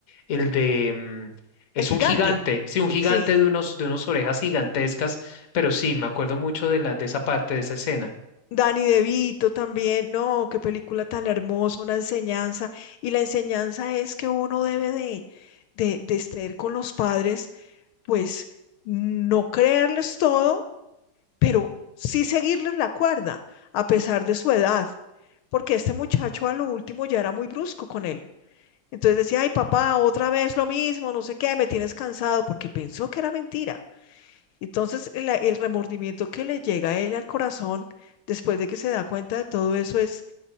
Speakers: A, on the left; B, on the left.
A: el de, mm, es
B: El gigante,
A: un gigante, sí, un gigante
B: sí.
A: de unos, de unas orejas gigantescas, pero sí, me acuerdo mucho de la, de esa parte, de esa escena.
B: N- Danny DeVito también, no, qué película tan hermosa, una enseñanza. Y la enseñanza es que uno debe de, de, de estar con los padres, pues no creerles todo pero sí seguirles la cuerda, a pesar de su edad, porque este muchacho a lo último ya era muy brusco con él. Entonces decía, ay papá, otra vez lo mismo, no sé qué, me tienes cansado, porque pensó que era mentira. Entonces el, el remordimiento que le llega a él al corazón después de que se da cuenta de todo eso es,